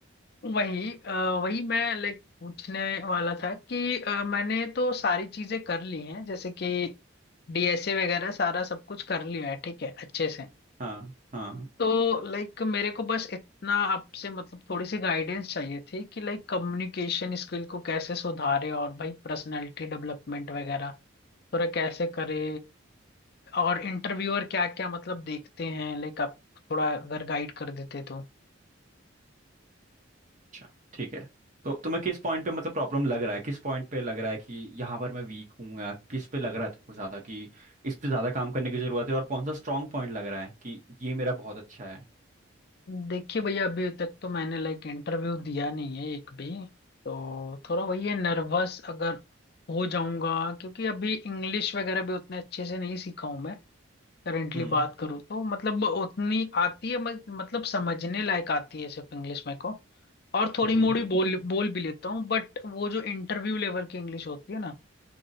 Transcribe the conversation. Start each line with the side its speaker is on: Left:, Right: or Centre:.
Left: वही अ, वही मैं लाइक पूछने वाला था कि अ, मैंने तो सारी चीजें कर ली हैं जैसे कि डीएसए वगैरह सारा सब कुछ कर लिया है ठीक है अच्छे से
Right: हाँ हाँ
Left: तो लाइक मेरे को बस इतना आपसे मतलब थोड़ी सी गाइडेंस चाहिए थी कि लाइक कम्युनिकेशन स्किल को कैसे सुधारे और भाई पर्सनालिटी डेवलपमेंट वगैरह थोड़ा कैसे करे और इंटरव्यूअर क्या क्या मतलब देखते हैं लाइक आप थोड़ा अगर गाइड कर देते तो
Right: अच्छा ठीक है तो तुम्हें किस पॉइंट पे मतलब प्रॉब्लम लग रहा है किस पॉइंट पे लग रहा है कि यहाँ पर मैं वीक हूँ या किस पे लग रहा है तुमको ज्यादा कि इस पे ज्यादा काम करने की जरूरत है और कौन सा स्ट्रांग पॉइंट लग रहा है कि ये मेरा बहुत अच्छा है
Left: देखिए भैया अभी तक तो मैंने लाइक इंटरव्यू दिया नहीं है एक भी तो थोड़ा वही है नर्वस अगर हो जाऊंगा क्योंकि अभी इंग्लिश वगैरह भी उतने अच्छे से नहीं सीखा हूं मैं करेंटली
Right: हम्म
Left: बात करूँ तो मतलब उतनी आती है मत- मतलब समझने लायक आती है सिर्फ इंग्लिश मेरे को और थोड़ी
Right: हम्म
Left: मोड़ी
Right: हम्म।
Left: बोल बोल भी लेता हूँ बट वो जो इंटरव्यू लेवल की इंग्लिश होती है ना